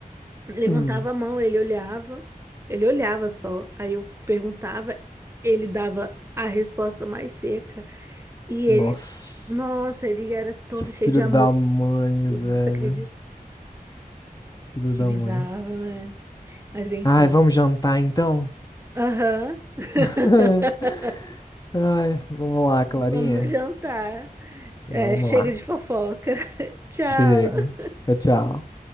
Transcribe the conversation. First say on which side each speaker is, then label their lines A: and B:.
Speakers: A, on the right; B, on the left.
A: levantava
B: hum.
A: a mão, ele olhava, ele olhava só. Aí eu perguntava, ele dava a resposta mais seca. E ele,
B: Nossa,
A: nossa, ele era todo
B: que filho
A: cheio de amor,
B: da mãe,
A: tudo.
B: velho.
A: Você acredita?
B: Filho
A: Que
B: da
A: bizarro,
B: mãe.
A: né? Mas enfim.
B: Ai, vamos jantar então?
A: Aham. <laughs>
B: <laughs> Ai, vamos lá, Clarinha.
A: Vamos jantar.
B: Vamos
A: É, chega
B: lá.
A: de fofoca. <laughs> Tchau.
B: Chega. Tchau, tchau.